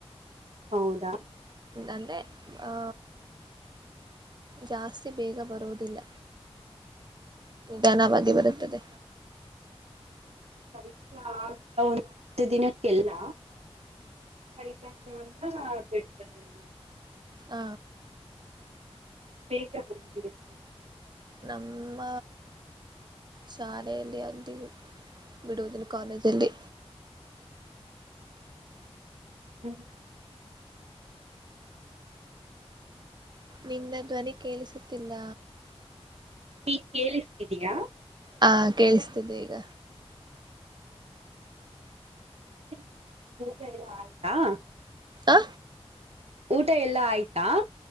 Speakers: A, on the right (about 75°); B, on the right (about 45°).
A: ಹೌದಾ
B: ಅಂದೆ ಆ. ಜಾಸ್ತಿ ಬೇಗ ಬರುವುದಿಲ್ಲ ್ಾನವಾಗಿ ಬರುತ್ತದೆ
A: ಪರೀಕ್ಷ ಆ ಒಂದು ಹತ್ತು ದಿನಕ್ಕೆಲ್ಲ ಅಂದ ಬಿಡ್ತದೆ ನಮ್ಗೆ
B: ಹ
A: ಬೇಗ ಬಿರುತ್ತೆ
B: ನಮ್ಮ ಶಾಲೆಯಲ್ಲಿ ಅಲ್ಲಿ ವಿಡುವೋದಿನ ಕಾಲೇಜ್ ಅಲ್ಲಿ
A: ಹ್ಮ
B: ನಿನ್ನ ಧ್ವನಿ ಕೇಳಿಸುತ್ತಿಲ್ಲ
A: ಈ ಕೇಳ್ತಿದಯಾ
B: ಹಾ ಕೇೇಳಿಸ್ತಿದೆ ಈಗ
A: ಆಯಾ
B: ಆ
A: ಊಟ ಎಲ್ಲಾ ಆಯ್ತಾ